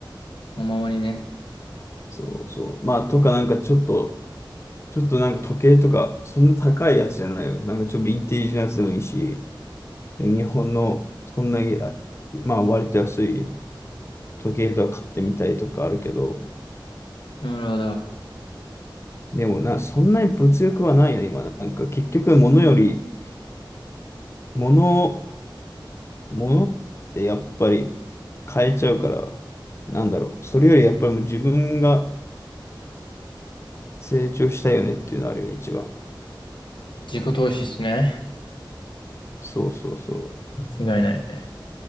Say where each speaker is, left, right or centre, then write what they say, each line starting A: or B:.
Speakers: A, on the left; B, on the left.
A: お守りね。
B: そうそう。まあとかなんかちょっとちょっとなんか時計とか、そんな高いやつじゃないよ。なんかちょっとヴィンテージのやつでもいいし、日本のそんなに、あまあ割と安い時計とか買ってみたいとかあるけど、
A: なるほど。
B: でもな、そんなに物欲はないね、今。なんか結局物より、物、物ってやっぱり変えちゃうから、なんだろう。それよりやっぱりもう自分が成長したいよねっていうのあるよね、一番。
A: 自己投資っすね。
B: そうそうそう。
A: 間違いない。